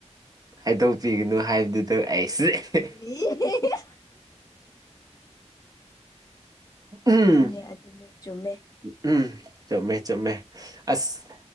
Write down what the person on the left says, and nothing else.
<unintelligible>
ꯑꯗꯨꯅꯦ ꯑꯗꯨꯅꯦ ꯆꯨꯝꯃꯦ